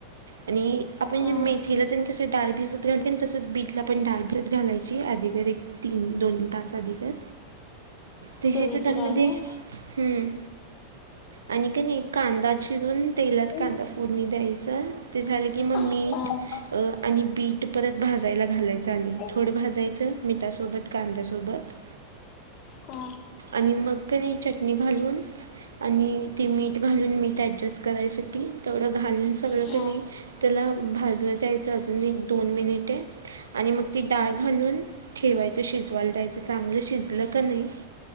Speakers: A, on the right; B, on the left.
A: आणि आपण
B: हा
A: मेथीला त्यां कसं डाळ भिजत घालली तसच बीटला पण डाळ भिजत घालायची. ची अधिकर एक तीन दोन तास अधिकर. ते
B: तुरीची
A: ह्यायचं त्यामध्ये
B: डाळ का
A: हम्म, आणि का नाही कांदा चिरून तेलात
B: हं.
A: कांदा फोडणी द्यायच ते झाले की, की मी
B: हम्म.
A: मीठ, अ आणि बीट परत भाजायला घालायचं आणि
B: हम्म.
A: थोडं भाजायचं मिठासोबत कांद्यासोबत.
B: काय.
A: आणि मग नाही चटणी घालून. आणि ती मीठ घालून मीठ ऍडजस्ट करायसाठी तेवढं घालून सगळं
B: हम्म.
A: क नाय. त्याला भाजलं दयचं अजून एक दोन मिनिट आणि मग ती डाळ घालून. ठेवायचं शिजवायला द्यायचं चांगलं शिजलं का नाही.